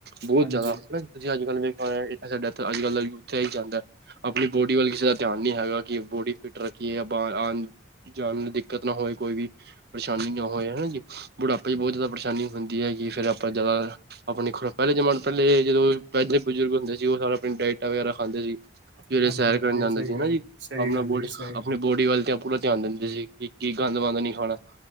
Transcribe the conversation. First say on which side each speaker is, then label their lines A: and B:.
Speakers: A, on the right; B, on the right.
A: ਬਹੁਤ
B: ਹਾਂਜੀ
A: ਜ਼ਿਆਦਾ ਹੈਨਾ ਜੀ ਤੁਸੀਂ ਅੱਜ ਕੱਲ ਵੇਖਿਆ ਹੋਣਾ, ਸਾਡੇ ਏਥੇ ਅੱਜ ਕੱਲ ਦਾ ਯੂਥਤੇ ਏ ਹੀ ਚਾਹਦਾਂ ਹੈ ਆਪਣੀ ਬੋਡੀ ਵੱਲ ਕਿਸੇ ਦਾ ਧਿਆਨ ਨਹੀਂ ਹੈਗਾ ਕਿ ਬੋਡੀ ਫਿਟ ਰੱਖੀਏ ਅਬ ਆਨ ਜਾਨ ਨੂੰ ਦਿੱਕਤ ਨਾ ਹੋਵੇ ਕੋਈ ਵੀ ਪਰੇਸ਼ਾਨੀ ਨਾ ਹੋਵੇ ਹਨਾ ਜੀ ਬੁਢਾਪੇ ਚ ਬਹੁਤ ਜ਼ਿਆਦਾ ਪਰੇਸ਼ਾਨੀ ਹੁੰਦੀ ਹੈ ਕਿ ਫੇਿਰ ਆਪਾਂ ਜ਼ਿਆਦਾ ਆਪਣੇ ਪਹਿਲੇ ਜਮਾਨੇ ਪਹਿਲੇ ਜਦੋਂ ਪਹਿਲੇ ਬਜ਼ੁਰਗ ਹੁੰਦੇ ਸੀ ਉਹ ਸਾਰਾ ਆਪਣੀ ਡਾਇਟਾਂ ਵਗੈਰਾ ਖਾਂਦੇ ਸੀ ਸਵੇਰੇ
B: ਹਾਂਜੀ
A: ਸੈਰ
B: ਹਾਂਜੀ
A: ਕਰਨ ਜਾਂਦੇ
B: ਸਹੀ
A: ਸੀ
B: ਗੱਲ
A: ਨਾ ਜੀ
B: ਸਹੀ
A: ਆਪਣਾ
B: ਗੱਲ
A: ਬੋਡ
B: ਜੀ ਸਹੀ ਗੱਲ
A: ਬੋਡੀ ਵੱਲ ਤਾਂ ਪੂਰਾ ਧਿਆਨ ਦਿੰਦੇ ਸੀ ਕਿ ਕੀ ਗੰਦ ਵੰਦ ਨਹੀਂ ਖਾਣਾ